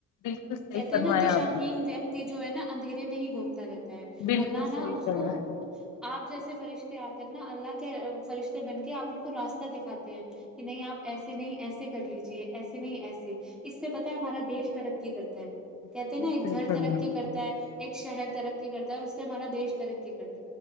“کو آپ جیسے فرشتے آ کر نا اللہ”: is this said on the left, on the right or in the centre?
Centre